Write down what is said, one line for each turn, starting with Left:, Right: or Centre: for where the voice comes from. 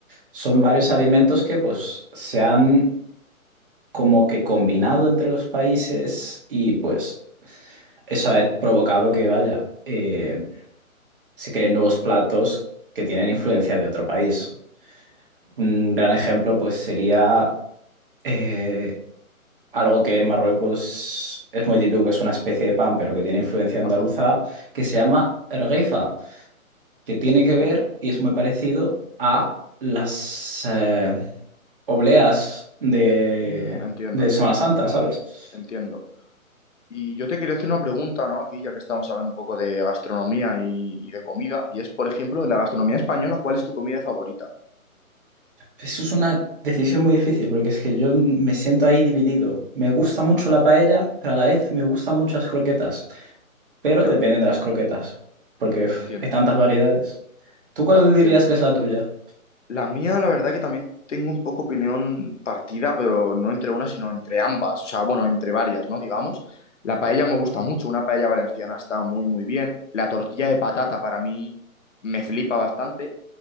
Right: Son
Left: claro.
Right: varios alimentos que pues se han como que combinado entre los países y pues eso ha provocado que, vaya, eh, se creen nuevos platos que tienen influencia de otro país. Un gran ejemplo, pues, sería eh, algo que en Marruecos es muy típico, que es una especie de pan, pero que tiene influencia andaluza,
Left: Ajá.
Right: que se llama ergueifa, que tiene
Left: Entiendo.
Right: que ver y es muy parecido a las eh, obleas de,
Left: Mm, entiendo,
Right: de
Left: entiendo,
Right: Semana Santa, ¿sabes?
Left: entiendo. Y yo te quería hacer una pregunta, ¿no? Aquí, ya que estamos hablando un poco de gastronomía y, y de comida, y es, por ejemplo, de la gastronomía española, ¿cuál es tu comida favorita?
Right: Eso es una decisión muy difícil porque es que yo me siento ahí dividido. Me gusta mucho
Left: Ajá,
Right: la paella, pero a la vez me gustan muchas croquetas. Pero
Left: ya,
Right: depende de las croquetas, porque uf,
Left: entiendo,
Right: hay tantas variedades. ¿Tú cuál
Left: claro, entiendo.
Right: dirías que es la tuya?
Left: La mía, la verdad que también tengo un poco opinión partida, pero no entre una, sino entre ambas, o sea, bueno, entre varias, ¿no? Digamos. La paella me gusta mucho, una paella valenciana está muy, muy bien. La tortilla de patata para mí me flipa bastante.